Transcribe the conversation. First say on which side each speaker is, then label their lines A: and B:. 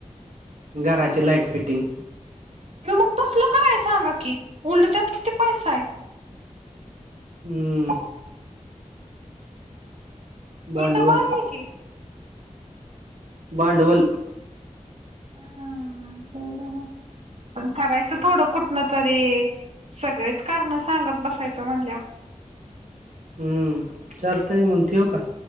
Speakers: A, on the right (about 75°); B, on the right (about 55°).
A: घराची लाईट फिटिंग.
B: मग तसल कराय सांगा की उलट त्यात किती पैसा आहे.
A: हम्म. भांडवल
B: उलट भारी आहे की,
A: भांडवल
B: ह हा ना ते पण करायचं थोडं कुठन तरी. सगळेच कारण सांगत बसायच म्हणल्या.
A: हम्म चालतय मग ठेवू का?